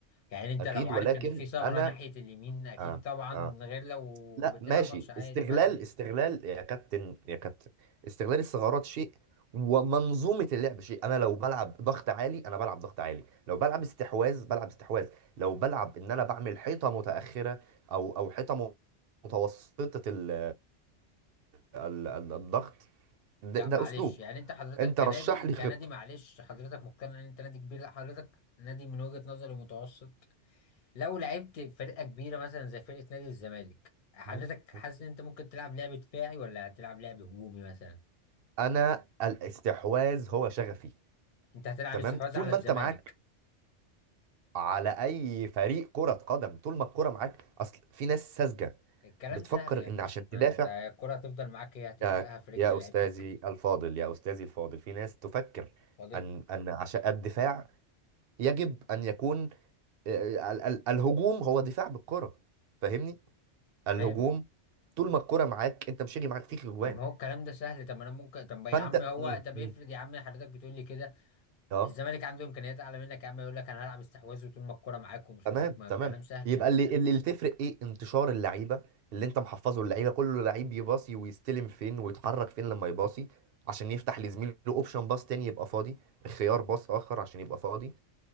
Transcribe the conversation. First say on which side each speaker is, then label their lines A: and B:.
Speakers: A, on the left (about 50°); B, on the right (about 60°).
A: يعني انت
B: اكيد
A: لو عارف
B: ولكن
A: ان في ثغرة
B: انا
A: ناحية اليمين اكيد
B: اه
A: طبعا
B: اه
A: غير لو
B: لا
A: بتلعب
B: ماشي
A: ماتش عادي
B: استغلال
A: مثلا
B: استغلال يا كابتن يا كابتن استغلال الثغرات شيء ومنظومة اللعب شيء انا لو بلعب ضغط عالي انا بلعب ضغط عالي لو بلعب استحواذ بلعب استحواذ لو بلعب ان انا بعمل حيطة متأخرة او او حيطة م- متوسطة ال ال ال الضغط ده,
A: لا
B: ده
A: معلش
B: اسلوب
A: يعني انت حضرتك
B: انت
A: كنادي
B: رشح لي
A: كنادي
B: خطة
A: معلش حضرتك مقتنع ان انت نادي كبير لا حضرتك نادي من وجهة نظري متوسط لو لعبت فرقة كبيرة مثلا زي فرقة نادي الزمالك حضرتك
B: مم.
A: حاسس
B: مم.
A: ان انت ممكن تلعب لعب دفاعي ولا هتلعب لعب هجومي مثلا
B: انا الاستحواذ هو شغفي
A: انت هتلعب
B: تمام
A: استحواذ
B: طول
A: على
B: ما
A: الزمالك
B: انت معاك على اي فريق كرة قدم طول ما الكرة معاك اصل في ناس ساذجة
A: الكلام
B: بتفكر
A: سهل يا باشا
B: ان عشان تدافع
A: انت الكرة هتفضل معاك هي هتلزقها
B: يا
A: في رجل
B: يا
A: لعيبتك
B: استاذي الفاضل يا استاذي الفاضل في ناس تفكر
A: فاضل
B: ان ان عشان الدفاع يجب ان يكون آه، ال- ال- الهجوم هو دفاع بالكرة فاهمني
A: تمام
B: الهجوم طول ما الكرة معاك انت مش هيجي معاك فيك اجوان
A: طب ما هو الكلام ده سهل طب ما انا ممكن طب يا
B: فانت
A: عم هو
B: مم.
A: طب
B: مم.
A: افرض يا عم حضرتك بتقول لي كده
B: اه
A: الزمالك عنده امكانيات اعلى منك يا عم يقول لك انا هلعب استحواذ طول ما الكرة معاك ومش
B: تمام
A: معاك ما الكلام
B: تمام
A: سهل
B: يبقى
A: يا باشا
B: اللي اللي اللي تفرق ايه انتشار اللعيبه اللي انت محفظه اللعيبه كله لعيب يباصي ويستلم فين ويتحرك فين لما يباصي عشان يفتح لزميله اوبشن باص تاني يبقى فاضي خيار باص اخر عشان يبقى فاضي